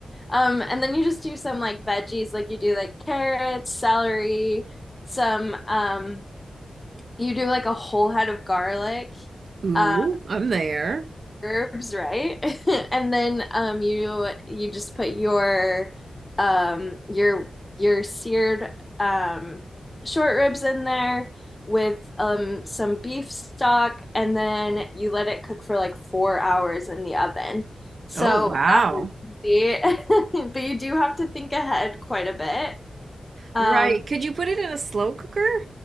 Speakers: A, on the left (about 15°); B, on the right (about 55°).
A: Um, and then you just do some like veggies, like you do like carrots, celery, some um, you do like a whole head of garlic.
B: Ooh,
A: Uh,
B: I'm there.
A: herbs, right? <laughs> And then um, you you just put your um, your your seared um, short ribs in there with um, some beef stock, and then you let it cook for like four hours in the oven. So
B: Oh, wow.
A: that was easy, <laughs> but you do have to think ahead quite a bit. Um,
B: Right. Could you put it in a slow cooker?